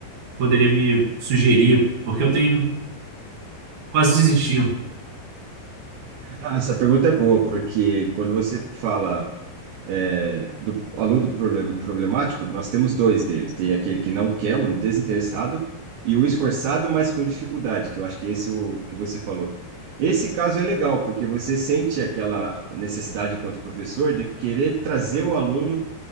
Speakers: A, on the right (about 50°); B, on the right (about 75°).
A: poderia me sugerir? Porque eu tenho quase desistindo.
B: Ah, essa pergunta é boa, porque quando você fala é, do aluno problem- problemático, nós temos dois deles. Tem aquele que não quer, o desinteressado, e o esforçado, mas com dificuldade, que eu acho que esse é o que você falou. Esse caso é legal, porque você sente aquela necessidade, enquanto professor, de querer trazer o aluno